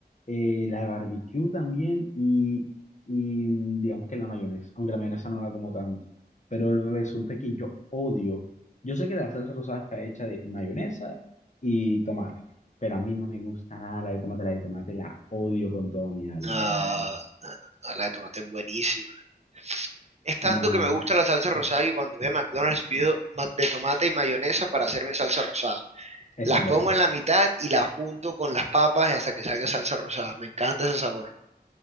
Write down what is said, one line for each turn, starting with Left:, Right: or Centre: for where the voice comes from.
Left: eh, la barbecue también y, y, mm, digamos que la mayonesa, aunque la mayonesa no la como tanto, pero resulta que yo odio, yo sé que la salsa rosada está hecha de mayonesa y tomate, pero a mí no me gusta nada la de tomate, la de tomate la odio con todo mi alma,
Right: Ah,
Left: la verdad.
Right: la de tomate es buenísima. Es tanto
Left: No,
Right: que me gusta la salsa rosada que cuando voy a McDonald's pido ma- de tomate y mayonesa para hacerme salsa rosada.
Left: esa
Right: Las
Left: es buena.
Right: pongo en la mitad y las junto con las papas hasta que salga salsa rosada. Me encanta ese sabor.